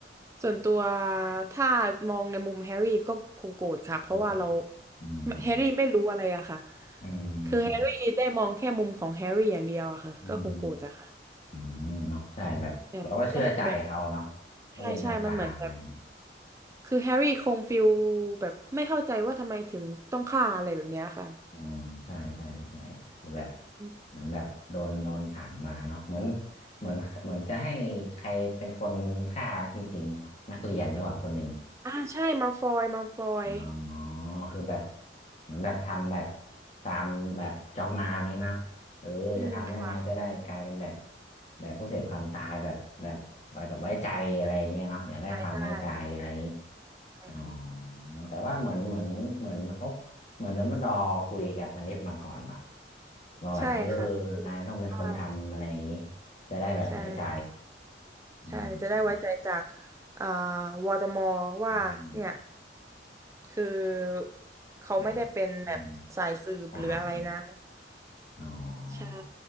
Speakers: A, on the right; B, on the left.
A: ส่วนตัวถ้ามองในมุมแฮร์รี่ก็คงโกรธค่ะเพราะว่าเรา
B: ผมอืม
A: แฮร์รี่ไม่รู้อะไรอะค่ะ
B: อืมใช่
A: คือแฮร์รี่ได้มองแค่มุมของแฮร์รี่อย่างเดียวอะค่ะก็คงโกรธอะค่ะ
B: อืม อืมเนาะใช่แบบเราก็เชื่อใจเขาเนาะเขาเป็นอาจารย์อะไรเงี้ย
A: แบบก็แบบใช่ใช่มันเหมือนแบบคือแฮร์รี่คงฟิลแบบไม่เข้าใจว่าทำไมถึงต้องฆ่าอะไรแบบเนี้ยค่ะ
B: อืมใช่ใช่ใช่คือแบบ
A: อม
B: เหมือนแบบโดนโดนสั่งมาเนาะเหมือนเหมือนเหมือนจะให้ใครเป็นคนฆ่านะจริงๆนักเรียนหรือเปล่าคนหนึ่ง
A: อ่าใช่มัลฟอยมัลฟอย
B: อ๋อคือแบบเหมือนแบบทำแบบตามแบบจอมมารนี้นะเออจะทำได้ไหมจะได้กลายเป็นแบบ
A: อืมค่ะ
B: แบบผู้เสพความตายแบบแบบไว้แบบไว้ใจอะไรอย่างเงี้ยเนาะอยากได้ความไว้ใจอะไรอย่างงี้
A: ขายได้ใช่ค่ะ
B: อ๋อแต่ว่าเหมือนเหมือนเหมือนเขาเหมือนดัมเบิลดอร์คุยกับนาริสมาก่อนเปล่าว่าแบบเออ
A: ใช่ค่ะ
B: นายต้องเป็นคนทำอะไรอย่างงี้
A: ว้าว
B: จะได้แบบไว้ใจ
A: ใช่
B: อืม
A: ใช่จะได้ไว้ใจจากอ่าวอตมอว่าเนี่ย
B: อืม
A: คือเขาไม่ได้เป็นแบบสายสืบหรืออะไรนะ
B: อืมอืมตาย อ๋อ
A: ใช่
B: อ